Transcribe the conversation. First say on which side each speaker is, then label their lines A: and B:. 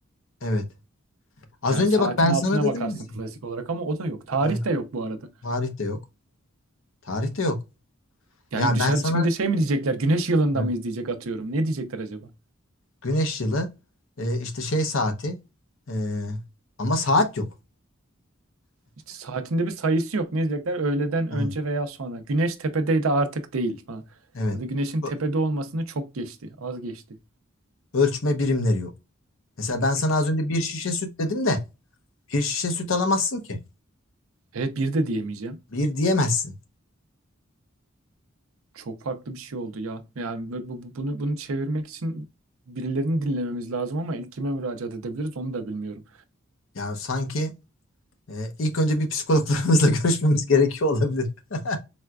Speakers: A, on the left; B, on the right.
A: evet. Az
B: Yani
A: önce
B: saatin
A: bak ben
B: altına
A: sana dedim
B: bakarsın
A: mi?
B: klasik olarak ama o da yok. Tarih
A: Evet,
B: de yok bu arada.
A: tarih de yok. Tarih de yok.
B: Yani
A: Yani
B: dışarı
A: ben sana
B: çıkınca şey mi diyecekler? Güneş yılında
A: Evet.
B: mıyız diyecek atıyorum. Ne diyecekler acaba?
A: güneş yılı, e, işte şey saati e, ama saat yok.
B: İşte saatinde bir sayısı yok. Ne diyecekler? Öğleden önce
A: Evet.
B: veya sonra. Güneş tepedeydi artık değil falan.
A: Evet.
B: Ya da güneşin tepede
A: Ö-
B: olmasını çok geçti. Az geçti.
A: Ölçme birimleri yok. Mesela ben sana az önce bir şişe süt dedim de bir şişe süt alamazsın ki.
B: Evet bir de diyemeyeceğim.
A: Bir diyemezsin.
B: Çok farklı bir şey oldu ya. Yani bu, bu- bunu bunu çevirmek için birilerini dinlememiz lazım ama ilk kime müracaat edebiliriz onu da bilmiyorum.
A: Yani sanki e, ilk önce bir psikologlarımızla <laughs> görüşmemiz gerekiyor olabilir. <laughs>